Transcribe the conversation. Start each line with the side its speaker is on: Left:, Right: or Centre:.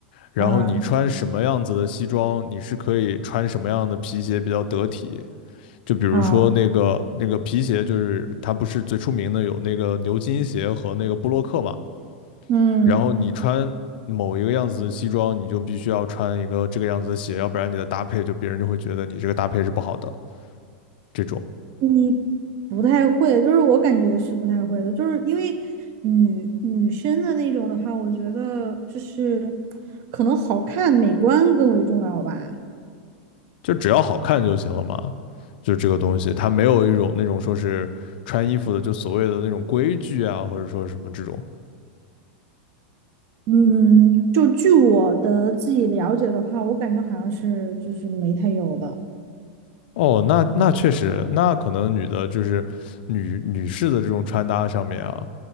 Left: 然后你穿什么样子的西装，
Right: 嗯
Left: 你是可以穿什么样的皮鞋比较得体。就比如说那个那个皮鞋，
Right: 嗯
Left: 就是它不是最出名的有那个牛津鞋和那个布洛克嘛。
Right: 嗯，
Left: 然后你穿某一个样子的西装，你就必须要穿一个这个样子的鞋，要不然你的搭配就别人就会觉得你这个搭配是不好的这种。
Right: 你不太会，就是我感觉是不太会的，就是因为女女生的那种的话，我觉得就是可能好看美观更为重要吧。
Left: 就只要好看就行了嘛。就这个东西，它没有一种那种说是穿衣服的，就所谓的那种规矩啊，或者说什么这种。
Right: 嗯，就据我的自己了解的话，我感觉好像是就是没太有的。
Left: 哦，那那确实，那可能女的就是女女士的这种穿搭上面啊，